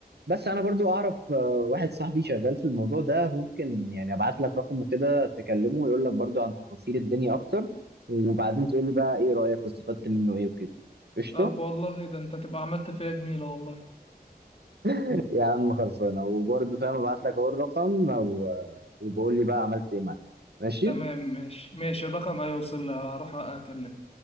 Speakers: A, on the right (about 90°); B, on the left (about 40°).
A: بس انا برضو اعرف آه، واحد صاحبي شغال في الموضوع ده ممكن يعني ابعت لك رقمه كده تكلمه ويقول لك برضو عن تفاصيل الدنيا اكتر وبعدين تقول لي بقى ايه رأيك واستفدت منه ايه وكده قشطة
B: طب والله ده انت تبقى عملت فيا جميلة والله
A: <laughs> يا عم خلصانه وبرضه فاهم ابعت لك اهو الرقم و... وبقول لي بقى عملت ايه معايا ماشي
B: تمام ماشي ماشي الرقم هيوصل لي، هروح اكلمه